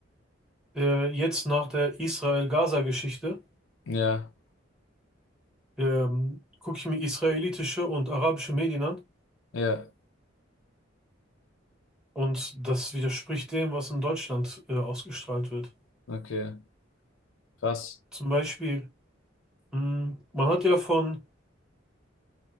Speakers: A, in the centre; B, on the left.
A: Äh, jetzt nach der Israel-Gaza-Geschichte
B: Ja,
A: ähm, gucke ich mir israelitische und arabische Medien an
B: ja,
A: und das widerspricht dem, was in Deutschland äh, ausgestrahlt wird.
B: okay. Krass.
A: Zum Beispiel, mh, man hat ja von